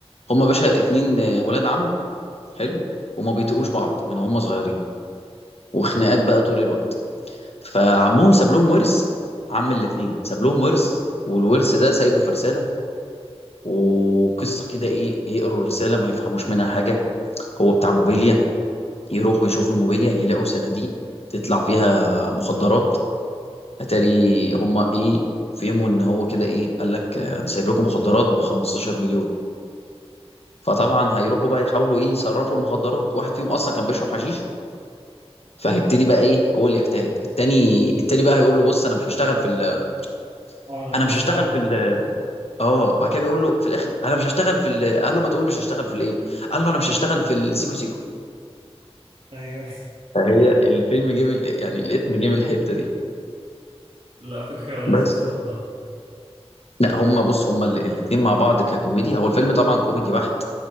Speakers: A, on the left; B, on the right.
A: هما باشا اتنين آه، ولاد عم حلو وما بيتقوش بعض من هما صغيرين وخناقات بقى طول الوقت فعمهم ساب لهم ورث عم الاتنين ساب لهم ورث والورث ده سايبه في رسالة وقصة كده ايه يقروا الرسالة ما يفهموش منها حاجة هو بتاع موبيليا يروحوا يشوفوا الموبيليا يلاقوا صناديق تطلع فيها مخدرات اتاري هما ايه فهموا ان هو كده ايه قال لك آه، انا سايب لكم مخدرات ب 15 مليون فطبعا هيروحوا بقى يحاولوا ايه يصرفوا المخدرات واحد فيهم اصلا كان بيشرب حشيش فهيبتدي بقى ايه هو اللي يجتهد التاني التاني بقى هيقول له بص انا مش هشتغل في ال...
B: اه انا ماليش
A: انا مش هشتغل
B: دعوة
A: في ال... اه بعد كده بيقول له في الاخر انا مش هشتغل في ال... قال له ما تقول مش هشتغل في الايه قال له انا مش هشتغل في السيكو سيكو
B: ايوه
A: فهي الفيلم جه من يعني الاسم جه من الحته دي
B: <laughs> لا فكرة لذيذة
A: بس
B: والله
A: لا هما بص هما ال- الاتنين مع بعض ككوميديا هو الفيلم طبعا كوميدي بحت